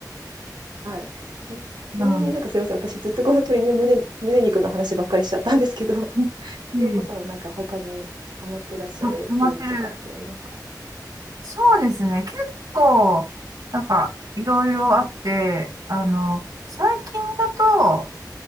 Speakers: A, on the right; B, on the right.
A: はい。え、ちなみになんかすいません。
B: うん。
A: 私ずっとこの鳥の胸、胸肉の話ばっかりしちゃったんですけど、<laughs>
B: い
A: ようこさんはなんか他にハマってらっしゃる料理とかってありますか
B: えいえあ、ハマってる。そうですね。結構、なんか、いろいろあって、あの、最近だと、